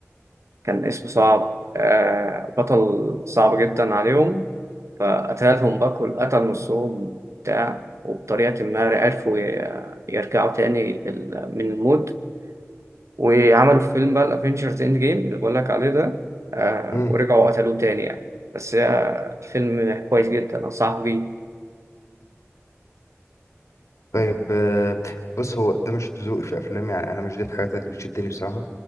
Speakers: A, on the right; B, on the left.
A: كان اسم صعب آه بطل صعب جدا عليهم فقتلهم بقى كل قتل نصهم بتاع وبطريقة ما عرفوا ي- يرجعوا تاني ال- من الموت وعملوا في فيلم بقى الافينجرز اند جيم اللي بقول لك عليه ده آه
B: امم
A: ورجعوا قتلوه تاني يعني بس آه، الفيلم كويس جدا أنصحك بيه
B: طيب آه، بص هو ده مش ذوقي في افلام يعني انا مش دي الحاجات اللي بتشدني بصراحه